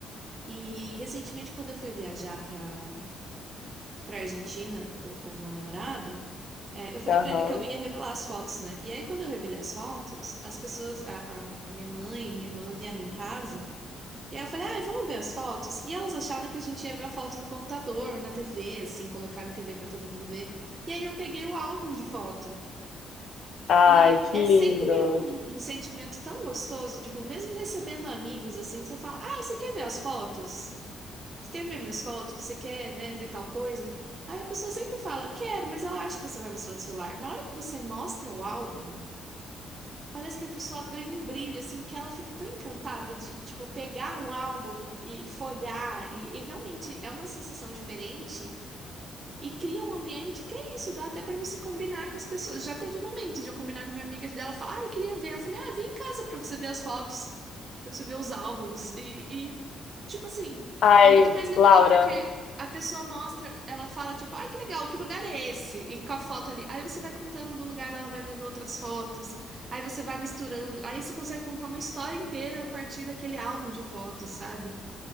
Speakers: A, on the right (about 35°); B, on the left (about 65°).
A: E recentemente, quando eu fui viajar para para Argentina co- com o meu namorado, é, eu falei
B: aham.
A: para ele que eu ia revelar as fotos, né? E aí, quando eu revelei as fotos, as pessoas, a, a a minha mãe e minha irmã vieram em casa. E aí eu falei, ah, eles ver as fotos. E elas acharam que a gente ia ver a foto no computador, na TV, assim, colocar na TV pra todo mundo ver. E aí eu peguei o álbum de foto.
B: Ai,
A: E
B: que
A: é sempre
B: lindo.
A: um, um sentimento tão gostoso, tipo, mesmo recebendo amigos, assim, você fala, ah, você quer ver as fotos? Você quer ver minhas fotos? Você quer, né, ver tal coisa? Aí a pessoa sempre fala, quero, mas ela acha que você vai mostrar no celular. Na hora que você mostra o álbum, parece que a pessoa ganha um brilho, assim, que ela fica tão encantada de, tipo, pegar um álbum e folhear, e, e realmente é uma sensação diferente e cria um ambiente que é isso, dá até para você combinar com as pessoas. Já teve momentos de eu combinar com minha amiga dela falar, ah, eu queria ver. Eu falei, ah, vem em casa para você ver as fotos, para você ver os álbuns. E, e, tipo assim,
B: Ai,
A: é muito mais legal
B: Laura,
A: porque a pessoa mostra, ela fala, tipo, ai, que legal, que lugar é esse? E com a foto ali. Aí você vai contando do lugar, ela vai vendo outras fotos. Aí você vai misturando. Aí você consegue contar uma história inteira a partir daquele álbum de fotos, sabe?